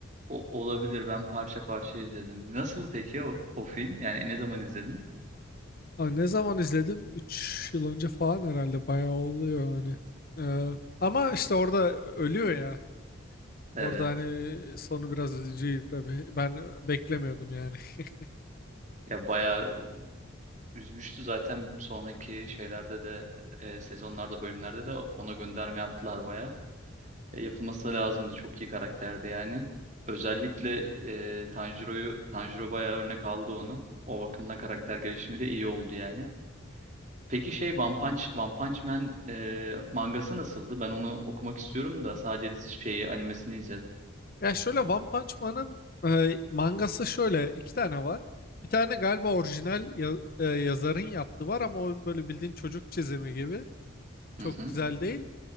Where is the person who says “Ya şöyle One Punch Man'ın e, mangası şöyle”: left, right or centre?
Left